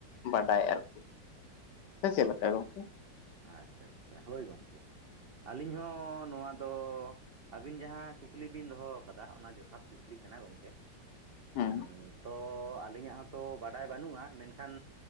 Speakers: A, on the left; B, on the right.
A: ᱵᱟᱰᱟᱭ ᱟᱨᱠᱤ? ᱥᱮ ᱪᱮᱫ ᱞᱮᱠᱟ ᱜᱚᱝᱠᱮ ᱾
B: ᱟᱪᱪᱷᱟ ᱟᱪᱪᱷᱟ ᱦᱳᱭ ᱜᱚᱝᱠᱮ ᱟᱹᱞᱤᱧ ᱦᱚᱸ ᱱᱚᱣᱟ ᱫᱚ ᱟᱹᱵᱤᱱ ᱡᱟᱦᱟᱸ ᱠᱩᱠᱞᱤ ᱵᱤᱱ ᱫᱚᱦᱚ ᱟᱠᱟᱫᱟ ᱚᱱᱟ ᱡᱚᱛᱷᱟᱛ ᱠᱩᱠᱞᱤ ᱠᱟᱱᱟ ᱜᱚᱝᱠᱮ ᱾
A: ᱦᱮᱸ
B: ᱛᱚ ᱟᱹᱞᱤᱧᱟᱜ ᱦᱚᱸᱛᱚ ᱵᱟᱰᱟᱭ ᱵᱟᱹᱱᱩᱜ-ᱟ ᱢᱮᱱᱠᱷᱟᱱ